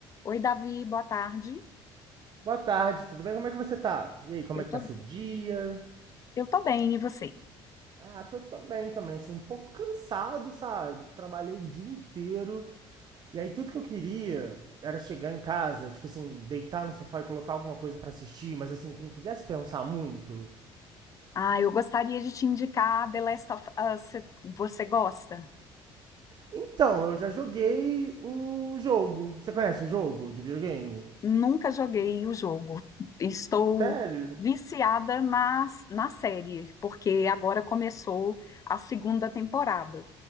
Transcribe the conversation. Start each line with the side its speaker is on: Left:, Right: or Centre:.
Left: Oi, Davi, boa tarde.
Right: Boa tarde, tudo bem? Como é que você tá? E aí, como
Left: Eu
Right: é que
Left: tô,
Right: tá seu dia?
Left: eu tô bem, e você?
Right: Ah, tô, tô bem também, assim, um pouco cansado, sabe? Trabalhei o dia inteiro. E aí, tudo que eu queria era chegar em casa, tipo assim, deitar no sofá e colocar alguma coisa pra assistir, mas assim, que não fizesse pensar muito.
Left: Ah, eu gostaria de te indicar The Last of Us. Você você gosta?
Right: Então, eu já joguei o jogo. Você conhece o jogo de videogame?
Left: Nunca joguei o jogo. Estou
Right: Sério?
Left: viciada na, na série, porque agora começou a segunda temporada.